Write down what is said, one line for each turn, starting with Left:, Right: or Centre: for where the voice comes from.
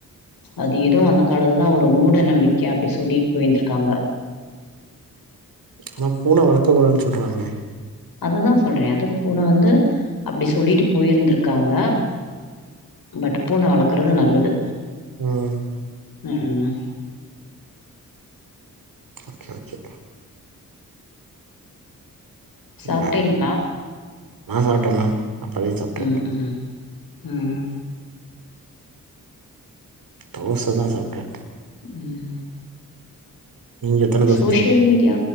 Left: அது எதுவு அந்த காலத்துதா ஒரு மூட நம்பிக் க அப்படி சொல்லிட் போய்ந்திருக்காங்க
Right: ஆனா பூன வளக்கக் கூடாதுன் சொல்றாங்ளே
Left: அதுதா சொல்றே அது பூன வந்து அப்டி சொல்ட்டு போயிருந்திருக்காங்க பட் பூன வளக்குறது நல்லது
Right: ம்
Left: ம்
Right: ஓகே ஓகேகா
Left: சாப்ட்டீங்களா
Right: வேற நா சாப்ட்டே மேம் அப்பவே சாப்ட்டே
Left: ம் ம் ம்
Right: தோசதா சாப்ட்டே
Left: ம்
Right: நீங்க எத்தன தோச
Left: சோசியல் மீடியா